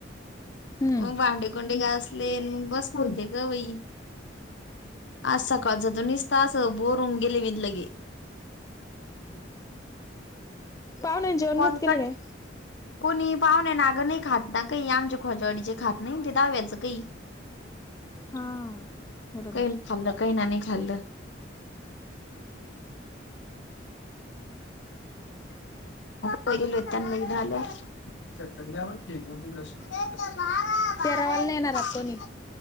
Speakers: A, on the left (about 20°); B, on the left (about 75°).
A: हम्म
B: मग भांडेकुंडी घासले मग बसले होते ग बाई आज सकाळचा त नुसत अस बोर होऊन गेलं गेले मी लगे
A: पाहुण्यांनी जेवण
B: कोलकट
A: नव्हतं केले काय?
B: कोणी पाहुण्या ना अगं नाही खात ना काही आमचे खोजवाडीचे खात नाही ते दहाव्याच काही
A: हा बरोबर.
B: काही न खाल्लं काही ना नाही खाल्लं त्यांन झाले <unintelligible>
A: तेरावाला नाही येणार आत कोणी